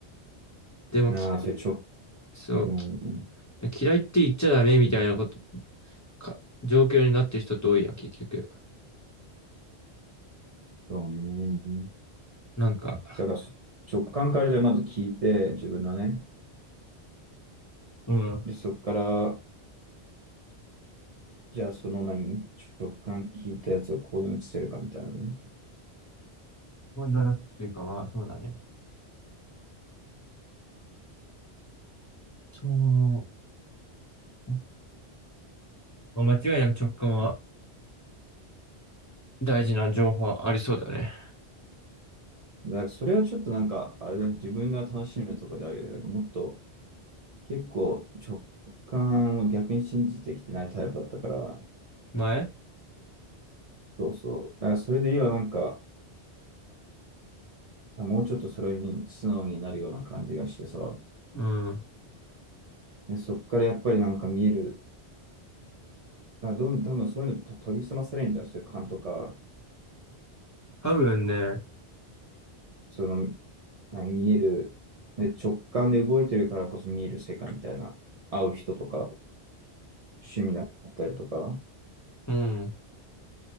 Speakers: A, on the left; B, on the right.
A: でも嫌い、
B: ーそれ直、
A: そう、
B: うん、
A: き嫌いって言っちゃダメみたいなことか状況になってる人って多いやん、結局。
B: そうね。
A: なんか、
B: だからそ直感からじゃあまず聞いて、自分のね。
A: うん。
B: で、そこから、じゃあその何、直感聞いたやつを行動に移せるかみたいなね。
A: そうだなっていうか、まあ、そうだね。そう。まあ間違いなく直感は大事な情報はありそうだね。
B: なんかそれはちょっとなんか、あれだね、自分の楽しみのところであるよね。なんかもっと結構直感を逆に信じてきてないタイプだったから、
A: 前
B: そうそう。だからそれで今なんか、もうちょっとそれに素直になるような感じがしてさ、
A: うん。
B: で、そっからやっぱりなんか見える、あ、どん、多分そういうのと研ぎ澄まされるんじゃん、そういう感とか、
A: 多分ね、
B: その、何、見える、で、直感で動いてるからこそ見える世界みたいな、会う人とか、趣味だったりとか、
A: うん。